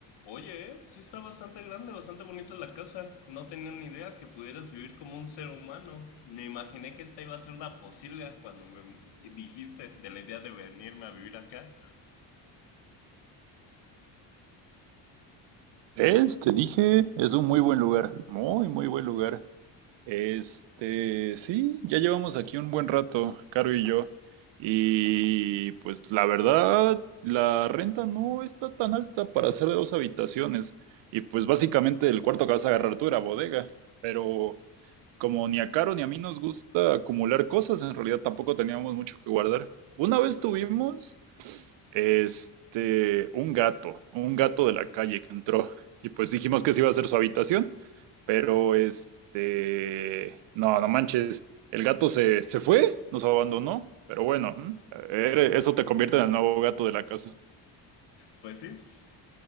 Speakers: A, on the left; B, on the right.
A: Oye, eh, sí está bastante grande, bastante bonita la casa. No tenía ni idea que pudieras vivir como un ser humano. Me imaginé que esta iba a ser una posibilidad cuando me dijiste de la idea de venirme a vivir acá.
B: ¿Ves? Te dije, es un muy buen lugar, muy, muy buen lugar. Este, sí, ya llevamos aquí un buen rato, Caro y yo. Y pues la verdad, la renta no está tan alta para ser de dos habitaciones. Y pues básicamente el cuarto que vas a agarrar tú era bodega. Pero como ni a Caro ni a mí nos gusta acumular cosas, en realidad tampoco teníamos mucho que guardar. Una vez tuvimos, este, un gato, un gato de la calle que entró. Y pues dijimos que sí iba a ser su habitación, pero este, no, no manches, el gato se, se fue, nos abandonó. Pero bueno, ¿eh? eso te convierte en el nuevo gato de la casa.
A: Pues sí,